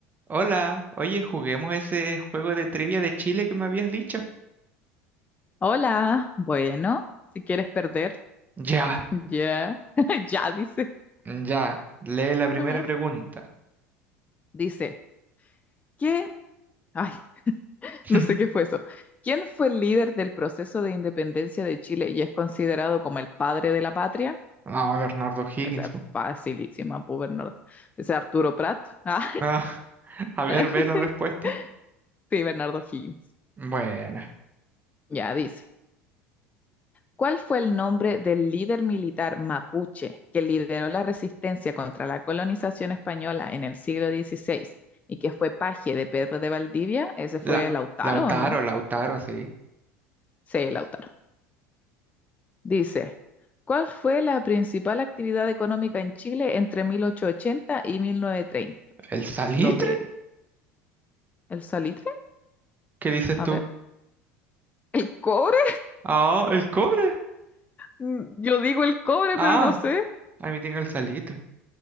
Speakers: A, on the right; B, on the left.
A: Hola, oye, juguemos ese juego de trivia de Chile que me habías dicho.
B: Hola, bueno, si quieres perder,
A: Ya,
B: ya, <laughs> ya dice.
A: ya, lee la primera
B: Ah,
A: pregunta.
B: Dice, ¿quién? Ay,
A: <laughs>
B: no sé qué fue eso. ¿Quién fue el líder del proceso de independencia de Chile y es considerado como el padre de la patria?
A: Vamos, Bernardo Higgins.
B: O sea,
A: po.
B: facilísima, pues Bernardo. Ese Arturo Prat. Ah,
A: Ah, <laughs> a ver,
B: <laughs>
A: ve la respuesta.
B: sí, Bernardo Higgins.
A: Bueno,
B: Ya dice. ¿Cuál fue el nombre del líder militar mapuche que lideró la resistencia contra la colonización española en el siglo XVI y que fue paje de Pedro de Valdivia? ¿Ese fue
A: la,
B: Lautaro
A: Lautaro,
B: o no?
A: Lautaro, sí.
B: Sí, Lautaro. Dice, ¿cuál fue la principal actividad económica en Chile entre 1880 y 1930?
A: ¿El salitre?
B: ¿Lo del el salitre?
A: ¿Qué dices
B: A
A: tú?
B: ver. ¿El cobre?
A: Ah, el cobre.
B: Mm, Yo digo el cobre,
A: Ah,
B: pero no sé.
A: a mí tengo el salitre.